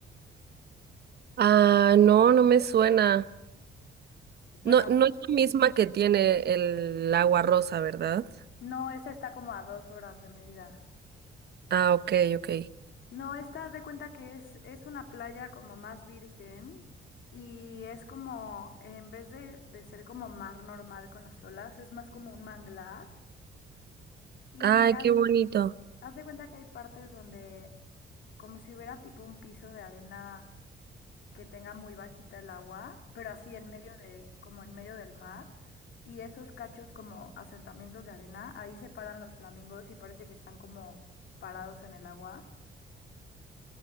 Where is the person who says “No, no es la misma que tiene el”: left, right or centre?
Right